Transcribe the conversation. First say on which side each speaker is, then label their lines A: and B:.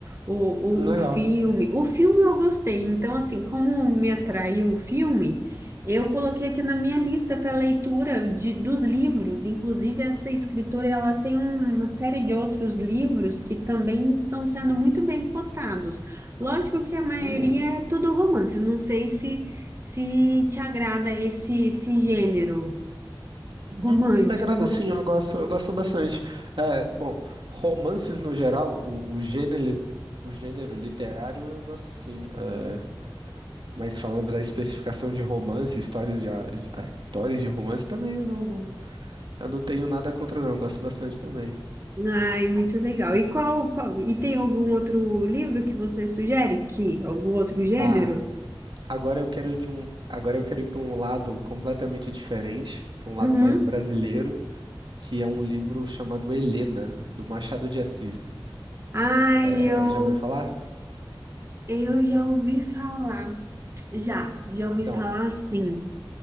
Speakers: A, on the right; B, on the right.
A: O, o,
B: Legal.
A: o filme. O filme eu gostei. Então, assim, como me atraiu o filme, eu coloquei aqui na minha lista para leitura de, dos livros. Inclusive, essa escritora, ela tem um- uma série de outros livros que também estão sendo muito bem cotados. Lógico que a maioria
B: Uhum,
A: é tudo romance. Não sei se, se te agrada esse, esse gênero
B: uhum.
A: romântico.
B: Agrada sim, eu gosto, eu gosto bastante. É, bom, romances no geral, o, o gênero, o gênero literário eu gosto sim. É, mas falando da especificação de romance, histórias de, a- de- ah, histórias de romance também eu não, não, eu não tenho nada contra não, eu gosto bastante também.
A: Ai, muito legal. E qual, qual- e tem algum outro livro que você sugere? Que algum outro gênero?
B: Ah, agora eu quero de um, agora eu quero ir para um lado completamente diferente, para um lado
A: Uhum.
B: mais brasileiro, que é um livro chamado Helena, do Machado de Assis.
A: Ai,
B: É,
A: eu
B: já ouviu falar?
A: eu já ouvi falar, já, já ouvi
B: Então,
A: falar sim